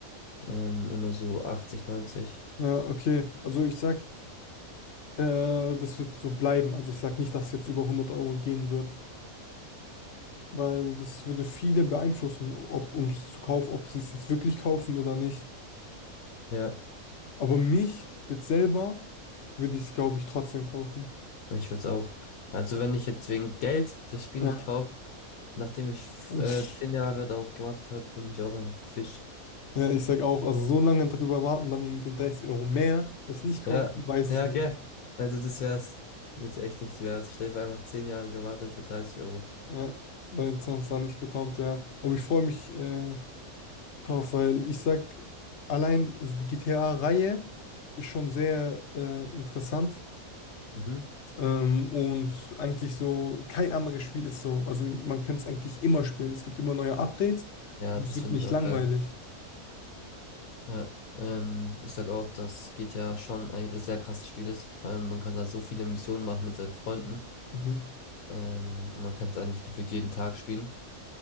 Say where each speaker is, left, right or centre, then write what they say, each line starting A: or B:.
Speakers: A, on the left (about 75°); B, on the left (about 60°).
A: ähm, immer so 80, 90.
B: Ja, okay. Also ich sag, äh, das wird so bleiben. Also ich sag nicht, dass es jetzt über hundert Euro gehen wird, weil das würde viele beeinflussen, ob ums zu kaufen, ob sie es jetzt wirklich kaufen oder nicht.
A: Ja,
B: Aber mich jetzt selber würde ich es, glaube ich, trotzdem kaufen.
A: ich würde es auch. Also wenn ich jetzt wegen Geld das Spiel
B: Ja.
A: nicht kaufe, nachdem ich f-
B: <laughs>
A: äh, zehn Jahre darauf gewartet habe, bin ich auch ein Fisch.
B: Ja, ich sag auch, also so lange drüber warten, dann wegen den 30 Euro mehr, das nicht kaufen,
A: Ja,
B: weiß
A: ja,
B: ich nicht.
A: gell. Also das wär's jetzt echt nichts wert. Stell dir vor, einfach zehn Jahre gewartet für 30 Euro.
B: Ja, weil sonst dann nicht bekommt, ja. Aber ich freue mich, äh, Doch, weil ich sag, allein so die GTA-Reihe ist schon sehr äh, interessant
A: Mhm.
B: ähm, und eigentlich so kein anderes Spiel ist so. Also man kann es eigentlich immer spielen. Es gibt immer neue Updates
A: Ja,
B: und
A: das
B: es wird
A: finde
B: nicht
A: ich auch
B: langweilig.
A: geil. Ja. Ähm, ich sag auch, dass GTA schon ein sehr krasses Spiel ist. Vor allem, man kann da so viele Missionen machen mit seinen Freunden.
B: Mhm.
A: Ähm, und man kann es eigentlich gefühlt jeden Tag spielen.